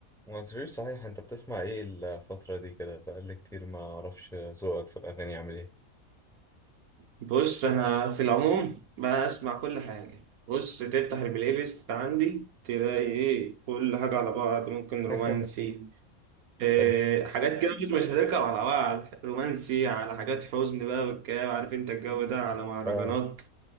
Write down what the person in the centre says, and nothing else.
ما قلتليش صحيح انت بتسمع ايه الفترة دي كده بقالي كتير ما اعرفش ذوقك في الاغاني عامل ايه
<laughs>
حلو
اه